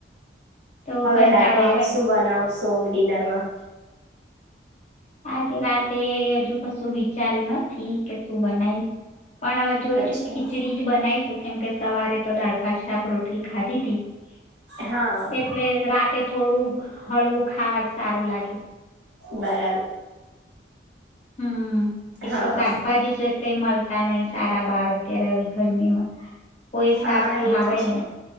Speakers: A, on the left; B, on the right.
A: તો
B: હવે
A: કંટાળો
B: રાતે
A: આવે
B: શું બનાવ સો ડીનારમાં?
A: આજે રાતે હજુ કશું બી. વિચાર્યું નથી કે શું બનાય. પણ હવે જોઈશું
B: અચ્છા
A: ખીચડી જ બનાવીશું. કેમ કે સવારે તો દાળ, ભાત, શાક, રોટલી ખાધી તી
B: હા
A: એટલે, રાતે થોડું હળવું ખાવા જ સારું લાગે.
B: બરાબર
A: હમ એક
B: હા
A: તો શાકભાજી જ કઈ મળતા નહી સારા બહાર, અત્યારે આવી ગરમીમાં કોઈ
B: હા
A: શાક ભાવે
B: એ તો છે
A: નહી.